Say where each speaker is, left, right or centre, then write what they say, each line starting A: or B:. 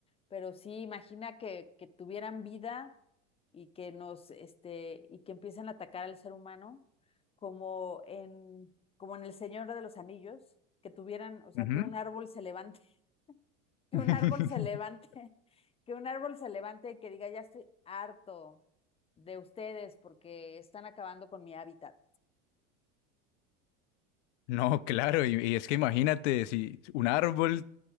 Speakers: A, on the left; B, on the left.
A: pero sí imagina que, que tuvieran vida y que nos, este, y que empiecen a atacar al ser humano, como en, como en El Señor de los Anillos, que tuvieran, o sea,
B: Ujú.
A: que un árbol se levante, <laughs> que
B: <laughs>
A: un árbol se levante, <laughs> que un árbol se levante y que diga, ya estoy harto de ustedes porque están acabando con mi hábitat.
B: No, claro, y, y es que imagínate si un árbol